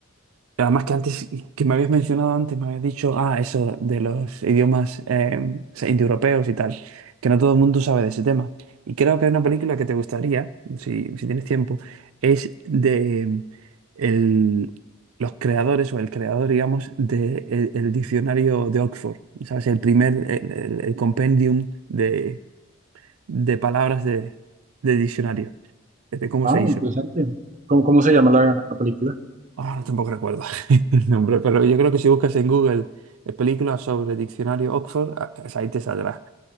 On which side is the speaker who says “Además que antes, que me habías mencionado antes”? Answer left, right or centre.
Right